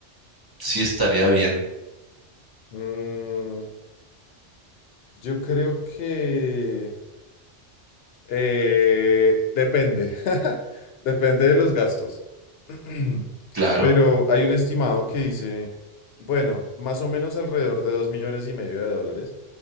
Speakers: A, on the right; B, on the left.
A: si estaría bien,
B: Mm, yo creo que Eh, depende, <laughs> depende de los gastos. <clears throat>
A: claro,
B: Pero hay un estimado que dice, bueno, más o menos alrededor de 2 millones y medio de dólares.